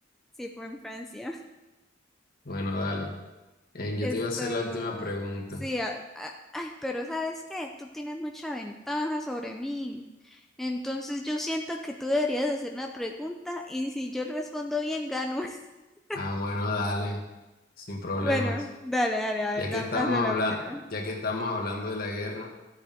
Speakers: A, in the centre; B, on the left.
A: Sí, fue en Francia.
B: Bueno, dale. Eh, yo
A: Esto,
B: te iba a hacer la última pregunta.
A: sí, a- a- ay, pero ¿sabes qué? Tú tienes mucha ventaja sobre mí. Entonces yo siento que tú deberías hacer una pregunta y si yo respondo bien, gano. <laughs>
B: Ah, bueno, dale, sin problemas.
A: Bueno, dale, dale, a ver,
B: Ya
A: da-
B: que estamos
A: hazme
B: habla-
A: la última.
B: ya que estamos hablando de la guerra,